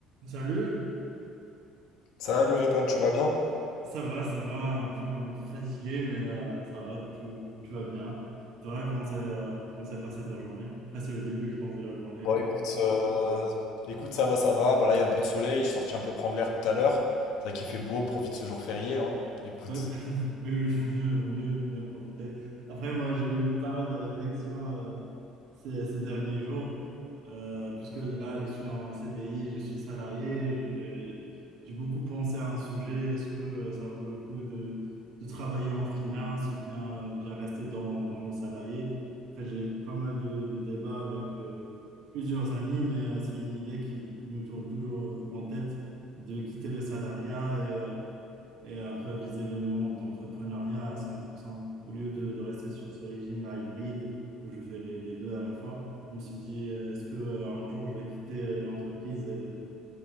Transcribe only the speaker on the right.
Salut,
ça va, ça va, un peu, un peu fatigué, mais euh, ça va, tout, tout va bien. Toi, comment s'est euh, comment s'est passée ta journée? Après, c'est le début, je pense, de la journée.
du
coup. <laughs> Oui, oui, vaut mieux, vaut mieux bien profiter. Après, moi, j'ai eu pas mal de réflexions euh, ces, ces derniers jours, euh, puisque là, je suis en CDI, je suis salarié, j'ai j'ai beaucoup pensé à un sujet, est-ce que euh, ça vaut le coup de, de travailler en freelance, bien, bien rester dans, dans le salarié? Enfin, j'ai eu pas mal de, de débats avec euh, plusieurs amis, mais euh, c'est une idée qui, qui me tourne toujours euh, en tête de quitter le salariat et euh, et un peu à viser le monde d'entrepreneuriat à 100%. Au lieu de, de rester sur ce régime-là hybride où je fais les, les deux à la fois, je me suis dit, euh, est-ce que euh, un jour je vais quitter euh, l'entreprise et, euh,